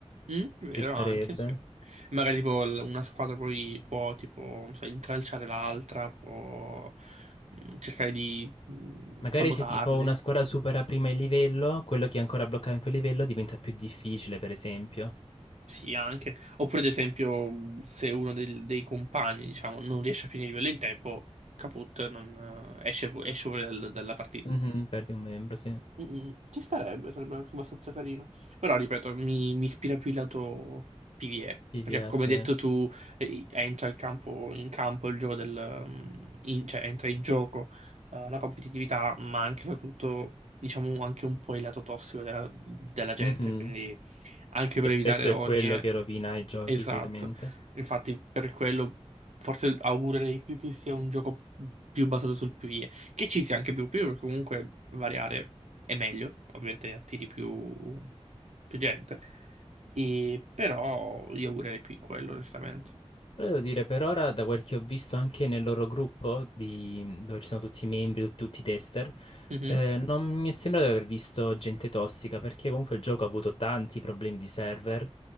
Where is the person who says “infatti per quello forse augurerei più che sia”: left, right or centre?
Right